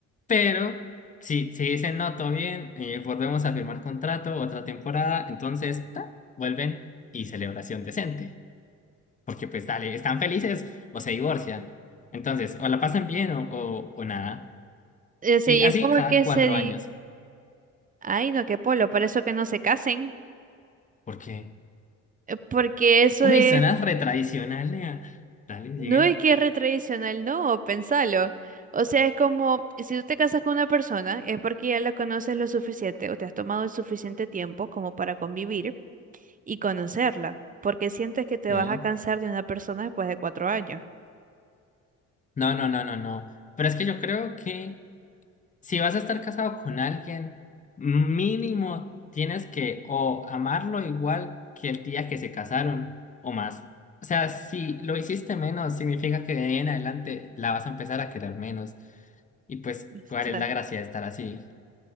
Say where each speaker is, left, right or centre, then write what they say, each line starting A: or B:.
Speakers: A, on the left; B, on the right.
A: Pero si, si dicen no, todo bien, eh, volvemos a firmar contrato, otra temporada, entonces ta, vuelven y celebración decente. Porque pues dale, están felices o se divorcian. Entonces, o la pasan bien o, o, o nada.
B: Sí,
A: Y
B: y
A: así
B: es como
A: cada
B: que
A: cuatro
B: se di...
A: años.
B: Ay, no, qué polo. Por eso que no se casen.
A: Porque,
B: Porque eso
A: uy,
B: es.
A: suena retradicional, nea. Dale,
B: No
A: sigue.
B: es que es re tradicional, no, pensalo. O sea, es como si tú te casas con una persona, es porque ya la conoces lo suficiente o te has tomado el suficiente tiempo como para convivir y conocerla, porque sientes que te
A: Ok.
B: vas a cansar de una persona después de cuatro años.
A: No, no, no, no, no. Pero es que yo creo que Si vas a estar casado con alguien, mínimo tienes que o amarlo igual que el día que se casaron o más. O sea, si lo hiciste menos, significa que de ahí en adelante la vas a empezar a querer menos. Y pues,
B: Exacto.
A: ¿cuál es la gracia de estar así?